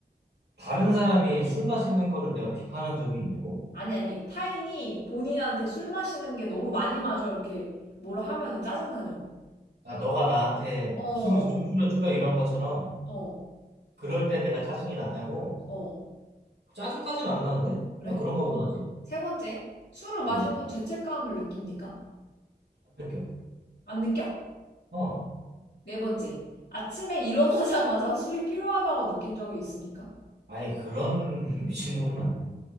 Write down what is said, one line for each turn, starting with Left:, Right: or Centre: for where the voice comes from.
Right: 다른 사람이 술 마시는 거를 내가 비판한 적이 있냐고?
Left: 아니, 아니, 타인이 본인한테 술 마시는 게 너무 많이 마셔 이렇게 뭐라 하면은 짜증나냐고.
Right: 야, 너가 나한테
Left: 어,
Right: 술을 좀 줄여, 줄여 이런 것처럼
Left: 어,
Right: 그럴 때 내가 짜증이 나냐고?
Left: 어.
Right: 짜증까지는 안 나는데?
Left: 그래?
Right: 그냥 그런가
Left: 어.
Right: 보다 하지.
Left: 세 번째, 술을 마신
Right: 응.
Left: 후 죄책감을 느낍니까?
Right: 안 느껴.
Left: 안 느껴?
Right: 어.
Left: 네 번째, 아침에 일어나자마자 <laughs> 술이 필요하다고 느낀 적이 있습니까?
Right: 아니, 그런 <laughs> 미친놈은 아니고.